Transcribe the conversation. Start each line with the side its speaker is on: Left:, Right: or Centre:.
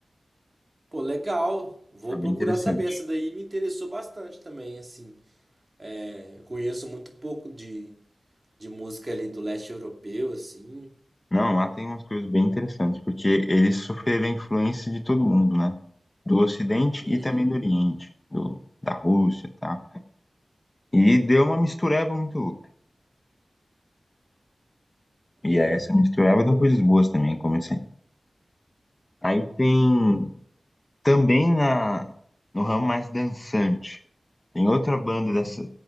Right: Pô, legal. Vou
Left: É bem
Right: procurar
Left: interessante.
Right: saber. Essa daí me interessou bastante também, assim. É, eu conheço muito pouco de, de música ali do leste europeu, assim.
Left: Não, lá tem umas coisas bem interessantes, porque eles sofreram a influência de todo mundo, né? Do Ocidente
Right: Uhum,
Left: e também do Oriente, do, da Rússia, tá? E deu uma mistureba muito louca.
Right: uhum.
Left: E aí essa mistureba
Right: Pô,
Left: deu coisas boas também, como assim? Aí tem também na no ramo mais dançante, tem outra banda dessa,